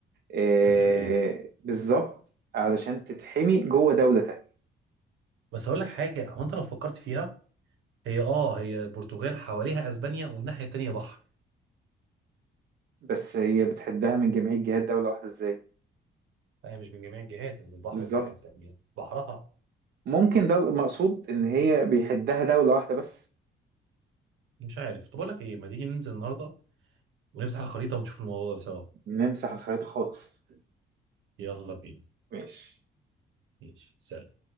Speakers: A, on the right; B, on the right.
A: آه،
B: كاثوليكية
A: بالظبط علشان تتحمي جوه دولة تانية
B: بس اقول لك حاجة هو انت لو فكرت فيها هي اه هي البرتغال حواليها اسبانيا والناحية التانية بحر
A: بس هي بتحدها من جميع جهات دولة واحدة ازاي
B: لا هي مش من جميع الجهات من البحر
A: بالظبط
B: الناحية التانية بحرها
A: ممكن ده المقصود ان هي بيحدها دولة واحدة بس
B: مش عارف طب أقول لك إيه ما تيجي ننزل النهاردة ونفتح الخريطة ونشوف الموضوع ده سوا
A: نمسح الخريطة خالص
B: يلا بينا
A: ماشي
B: ماشي سلام